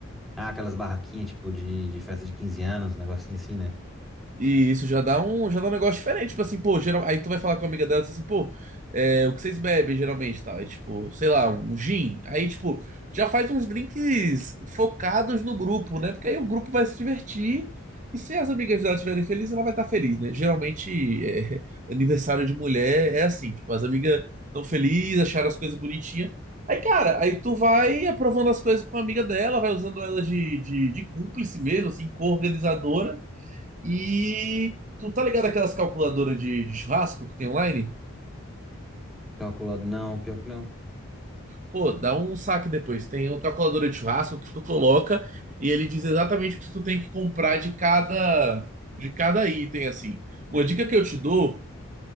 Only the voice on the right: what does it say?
E isso já dá um, já dá um negócio diferente. Tipo assim, pô, geral... aí tu vai falar com a amiga dela tu fala assim, pô, é, o que vocês bebem geralmente, tal. Aí, tipo, sei lá, um gin. Aí, tipo, já faz uns drinks focados no grupo, né? Porque aí o grupo vai se divertir. E se as amigas dela estiverem felizes, ela vai estar feliz, né? Geralmente, é, <laughs> aniversário de mulher é assim, tipo, as amigas estão felizes, acharam as coisas bonitinhas. Aí, cara, aí tu vai aprovando as coisas com a amiga dela, vai usando ela de, de, de cúmplice mesmo, assim, co-organizadora. E tu tá ligado aquelas calculadoras de, de churrasco que tem online?
Pô, dá um saque depois. Tem uma calculadora de churrasco que tu coloca e ele diz exatamente o que tu tem que comprar de cada de cada item assim. Uma dica que eu te dou,